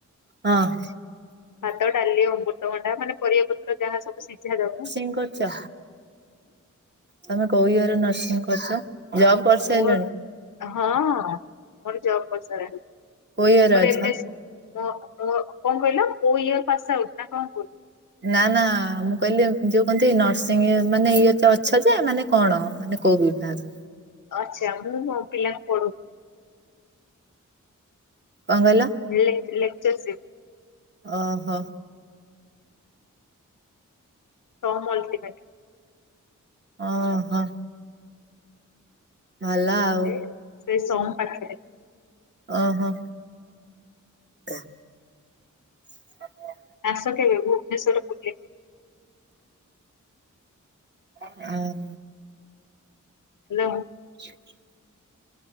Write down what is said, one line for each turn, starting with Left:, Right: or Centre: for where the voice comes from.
Right: ହଁ।
Left: ଭାତ, ଡାଲି, ଅମୃତଭଣ୍ଡା ମାନେ ପରିବା ପତ୍ର ଯାହା ସବୁ ସିଝା ଦବ।
Right: କଣ କରୁଛ? ତମେ କୋଉ ଇଏରେ ନର୍ସିଂ କରିଛ ଜବ୍? କରିସାରିଲଣି?
Left: ମୋର ହଁ ମୋର ଜବ କରିସାରିଲାଣି।
Right: କୋଉ ଇଏରେ
Left: ମୋର
Right: ଅଛ?
Left: ଏମ ଏସ୍ <unintelligible> କଣ କହିଲ କୋ ଇୟର ପାସ୍ ଆଉଟ ନା କଣ କୁଅନ୍ତୁ।
Right: ନା ନା ମୁଁ କହିଲି ଯୋଉ କହନ୍ତି ନର୍ସିଂ ମାନେ ଇଏ ଅଛ ଯେ ମାନେ କଣ ମାନେ? କୋଉ ବିଭାଗ?
Left: ଅଛି ଆଉ ମୁଁ ମୋ ପିଲାଙ୍କୁ ପଢଉ
Right: କଣ କହିଲ?
Left: <unintelligible> ଲେକ୍ଚରସିପ୍।
Right: ଓହୋ।
Left: ସମ୍ ଅଲ୍ଟିମେଟ୍।
Right: ଅଁ ହଁ। ଭଲ ଆଉ।
Left: ଏ ସେଇ ସମ୍ ପାଖରେ।
Right: ଓହୋ। ବା- ସାନିଆ।
Left: ଆସ କେବେ ଭୁବନେଶ୍ୱର ବୁଲିବା।
Right: ଉଁ ହୁଁ।
Left: ହ୍ୟାଲୋ।
Right: ଛୁରୀ।